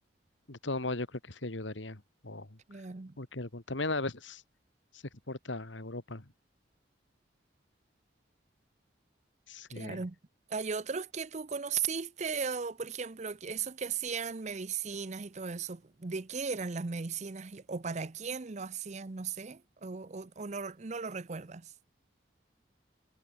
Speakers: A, on the left; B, on the right.
A: de todo modo yo creo que sí ayudaría, o
B: claro.
A: porque algún, también a veces se exporta a Europa. Sí.
B: Claro. ¿Hay otros que tú conociste o, por ejemplo, que- esos que hacían medicinas y todo eso? ¿De qué eran las medicinas y- o para quién lo hacían? No sé, o, o- o no, no lo recuerdas.